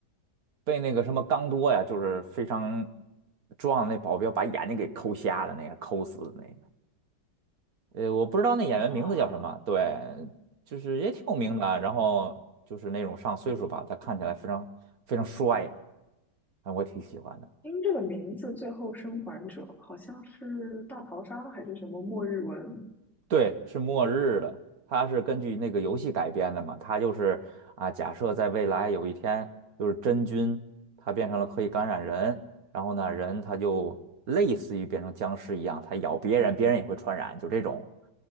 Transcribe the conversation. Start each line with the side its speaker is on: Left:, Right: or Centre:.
Right: 被那个什么刚多呀，就是非常壮的那保镖把眼睛给抠瞎了，那个抠死的那个。呃，我不知道那演员名字叫什么，
Centre: 啊？
Right: 对，就是也挺有名的啊，然后就是那种上岁数吧，他看起来非常非常帅，啊，我挺喜欢的。
Centre: 听这个名字，《最后生还者》好像是大逃杀还是什么末日文？
Right: 对，是末日的，它是根据那个游戏改编的嘛，它就是啊，假设在未来有一天，就是真菌它变成了可以感染人，然后呢，人他就类似于变成僵尸一样，他咬别人，别人也会传染，就这种。